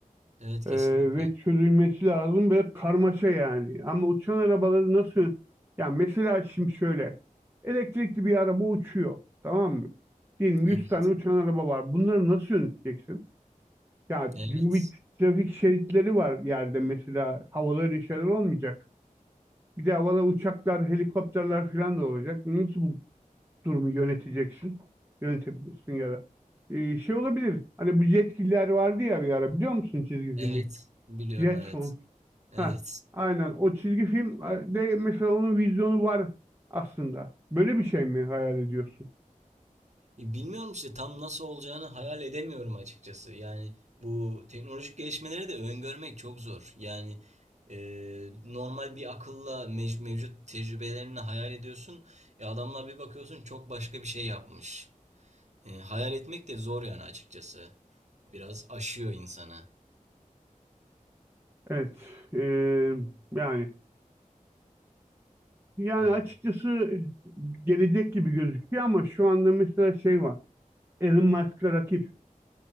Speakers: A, on the right; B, on the right.
A: Evet kesinlikle.
B: Ee, ve çözülmesi lazım böyle karmaşa yani. Ama uçan arabaları nasıl... Ya mesela şimdi şöyle. Elektrikli bir araba uçuyor. Tamam mı? Diyelim
A: Evet.
B: 100 tane uçan araba var. Bunları nasıl yöneteceksin? Ya
A: Evet.
B: çünkü bir trafik şeritleri var yerde mesela. Havada öyle şeyler olmayacak. Bir de havada uçaklar, helikopterler falan da olacak. Nasıl bu durumu yöneteceksin. Yönetebilirsin ya da. Ee, şey olabilir. Hani bu Jetgiller vardı ya bir ara biliyor musun çizgi
A: Evet.
B: filmi?
A: Biliyorum
B: Jetson.
A: evet. Evet.
B: Ha, aynen. O çizgi film de mesela onun vizyonu var aslında. Böyle bir şey mi hayal ediyorsun?
A: E, Bilmiyorum işte tam nasıl olacağını hayal edemiyorum açıkçası. Yani bu teknolojik gelişmeleri de öngörmek çok zor. Yani e, normal bir akılla mec- mevcut tecrübelerini hayal ediyorsun. E, adamlar bir bakıyorsun çok başka bir şey yapmış. E, hayal etmek de zor yani açıkçası. Biraz aşıyor insanı.
B: Evet. Ee, yani yani
A: E,
B: açıkçası e, gelecek gibi gözüküyor ama şu anda mesela şey var. Elon Musk'a rakip